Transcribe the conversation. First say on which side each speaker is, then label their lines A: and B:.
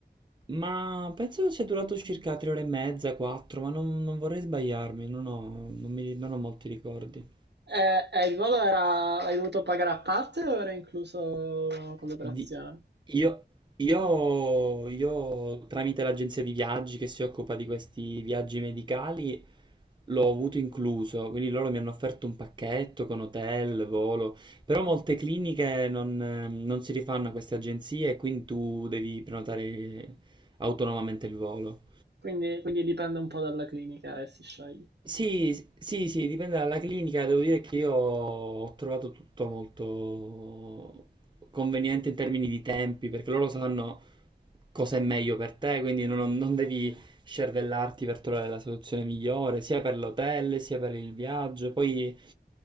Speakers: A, on the right; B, on the right.
A: ma penso sia durato circa tre ore e mezza, quattro, ma non, non vorrei sbagliarmi, non ho, non mi- non ho molti ricordi.
B: Eh, eh, il volo era, l'hai dovuto pagare a parte o era incluso con l'operazione?
A: Di- io, io- io, tramite l'agenzia di viaggi che si occupa di questi viaggi medicali, l'ho avuto incluso, quindi loro mi hanno offerto un pacchetto con hotel, volo, però molte cliniche non, eh, non si rifanno a queste agenzie e quindi tu devi prenotare autonomamente il volo.
B: Quindi, quindi dipende un po' dalla clinica e si sceglie.
A: Sì, sì, sì, dipende dalla clinica. Devo dire che io ho trovato tutto molto conveniente in termini di tempi, perché loro sanno cosa è meglio per te, quindi non, non devi scervellarti per trovare la soluzione migliore, sia per l'hotel, sia per il viaggio. Poi